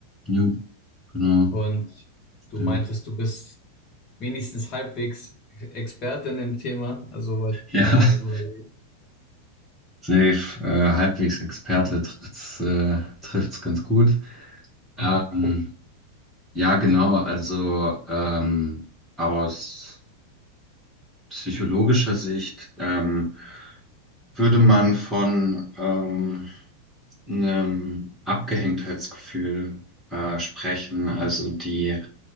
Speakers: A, in the centre; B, on the left (about 35°).
A: Jo, genau.
B: Und
A: Stimmt.
B: du meintest, du bist wenigstens halbwegs Experte in dem Thema, also wollte ich
A: Ja,
B: da nochmal
A: <laughs>
B: drüber reden.
A: safe. Äh, halbwegs Experte trifft's, äh, trifft's ganz gut.
B: <laughs>
A: Ähm, ja, genau. Also ähm, aus psychologischer Sicht ähm, würde man von ähm, einem Abgehängtheitsgefühl äh, sprechen. Also die